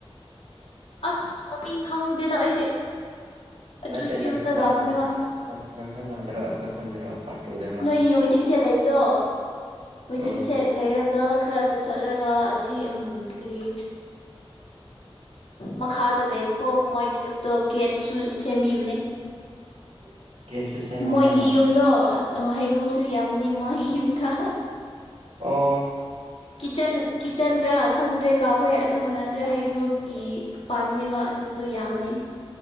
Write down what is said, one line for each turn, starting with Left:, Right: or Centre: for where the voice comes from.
Left: ꯑꯁ ꯃꯃꯤꯡ ꯈꯪꯗꯦꯗ ꯑꯩꯗꯤ ꯑꯗꯨꯒꯤ
Right: ꯅꯠꯇꯦ ꯅꯝꯊꯥꯡꯖꯥꯡꯗ
Left: ꯌꯨꯝꯗ ꯂꯥꯛꯄꯅꯦꯕ꯫
Right: <unintelligible> ꯑꯩꯈꯣꯏ ꯈꯣꯟꯗꯔꯣ ꯄꯥꯔꯠ ꯇꯨꯗꯔꯣ
Left: ꯅꯣꯏꯒꯤ ꯋꯦꯇꯤꯡ ꯁꯦꯠ ꯂꯩꯕꯗꯣ ꯋꯦꯇꯤꯡ
Right: ꯎꯝ
Left: ꯁꯦꯠ ꯂꯩꯔꯒ ꯈꯔ ꯆꯠꯊꯔꯒ ꯑꯁꯤ ꯎꯝ꯫ ꯀꯔꯤ꯫ ꯃꯈꯥꯗ ꯂꯩꯕꯀꯣ ꯃꯣꯏꯒꯤ ꯌꯨꯝꯗꯣ꯫ ꯒꯦꯠꯁꯨ ꯁꯦꯝꯕꯤꯕꯅꯦ꯫
Right: <inaudible> ꯁꯦꯝꯃꯦ
Left: ꯃꯣꯏꯒꯤ
Right: ꯍꯥꯏꯕ
Left: ꯌꯨꯝꯗꯣ ꯍꯥ꯫ ꯑꯥ ꯍꯩꯒ꯭ꯔꯨꯁꯨ ꯌꯥꯝꯕꯅꯦ ꯃꯥꯒꯤ ꯌꯨꯝꯗ꯫
Right: ꯑꯣ꯫
Left: ꯀꯤꯠꯆꯟ ꯀꯤꯠꯆꯟꯔ ꯈꯪꯗ꯭ꯔꯦ ꯀꯥꯎꯈ꯭ꯔꯦ ꯑꯗꯨꯝꯕ ꯅꯠꯇꯦ ꯍꯩꯒ꯭ꯔꯨꯀꯤ ꯄꯥꯟꯕꯅꯦꯕ ꯑꯗꯨꯗꯨꯣ ꯌꯥꯝꯕꯅꯤ